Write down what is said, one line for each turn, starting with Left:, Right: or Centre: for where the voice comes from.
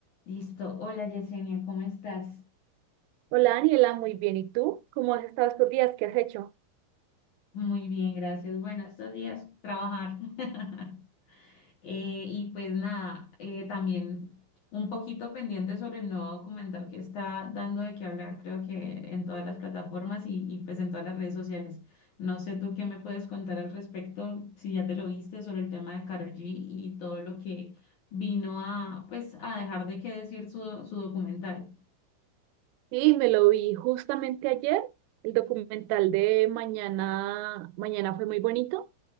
Left: Listo. Hola Yesenia, ¿cómo estás?
Right: Hola Daniela, muy bien. ¿Y tú? ¿Cómo has estado estos días? ¿Qué has hecho?
Left: Muy bien, gracias. Bueno, estos días trabajar. <laughs> Eh, y pues nada, eh, también un poquito pendiente sobre el nuevo documental que está dando de qué hablar, creo que en todas las plataformas y, y pues en todas las redes sociales. No sé tú qué me puedes contar al respecto, si ya te lo viste sobre el tema de Karol G y todo lo que vino a pues a dejar de qué decir su, su documental.
Right: Sí, me lo vi justamente ayer. El documental de Mañana, Mañana fue muy bonito.